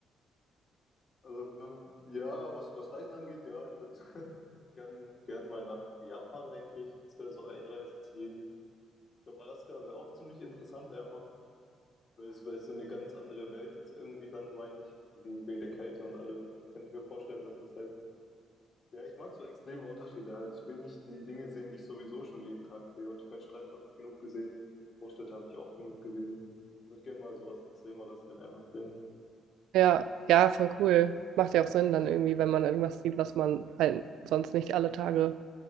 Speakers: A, on the left (about 40°); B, on the right (about 85°).
A: Also, ähm, ja, was, was Reisen angeht, ja, ich würde <laughs> gern, gern mal nach Japan, denke ich. Das wäre so ein Reiseziel. Ich glaube, Alaska wäre auch ziemlich interessant, einfach, weil es, weil es so eine ganz andere Welt ist, irgendwie dann, meine ich, wegen, wegen der Kälte und allem. Kann ich mir vorstellen, dass es halt Ja, ich mag so extreme Unterschiede halt. Ich will nicht die Dinge sehen, die ich sowieso schon jeden Tag sehe. Und ich meine, Strand habe ich genug gesehen. Großstädte habe ich auch genug gesehen. Ich würde gerne mal sowas Extremeres halt einfach sehen.
B: Ja, ja, voll cool. Macht ja auch Sinn dann irgendwie, wenn man irgendwas sieht, was man halt sonst nicht alle Tage